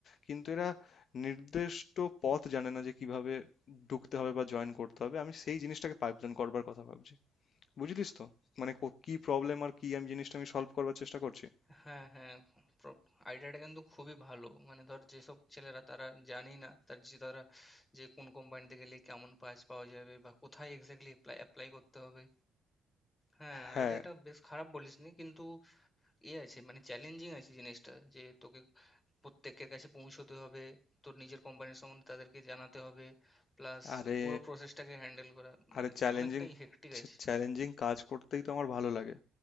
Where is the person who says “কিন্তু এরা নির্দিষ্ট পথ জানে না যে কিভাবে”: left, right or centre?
Left